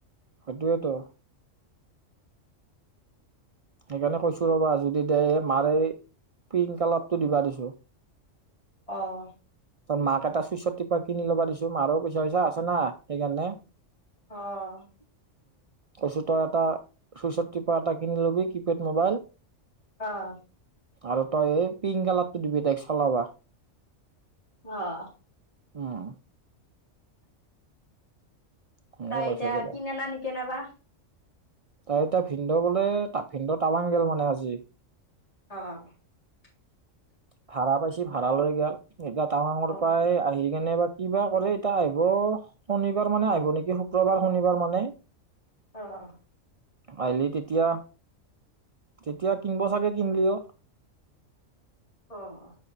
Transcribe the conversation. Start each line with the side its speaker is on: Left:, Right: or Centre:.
Right: সেইটোৱেতো। সেইকাৰণে কৈছো ৰ'বা যদি দে মাৰ এই পিংক কালাৰটো দিবা দিছো।
Left: অ'।
Right: মাক এটা চুইচৰ টপা কিনি ল'বা দিছো মাৰো পইচা চৈচা আছো সেইকাৰণে।
Left: অ'।
Right: কৈছোঁ তই এটা চুইচৰ টিপা এটা কিনি ল'বি কিপেড মোবাইল।
Left: অ'।
Right: আৰু তই এই পিংক কালাৰটো দিবি তাইক চলাবা।
Left: অ'।
Right: উম। সেনেকে
Left: তাই
Right: কৈছো
Left: এতিয়া
Right: ৰবা
Left: কিনে না নিকনে বা?
Right: তাই এতিয়া ভিনদেউ বোলে ভিনদেউ টাৱাং গেল মানে আজি।
Left: অ'।
Right: ভাড়া পাইছি ভাড়া লৈ গেল। এতিয়া টাৱাঙৰ
Left: অ',
Right: পৰাই আহি কেনে বা কিবা কৰে এতিয়া আহিব শনিবাৰ মানে আহিব নেকি শুক্ৰবাৰ শনিবাৰ মানে।
Left: অ'।
Right: আহিলি তেতিয়া তেতিয়া কিনিব চাগে কিনলিও। <inaudible>
Left: অ'।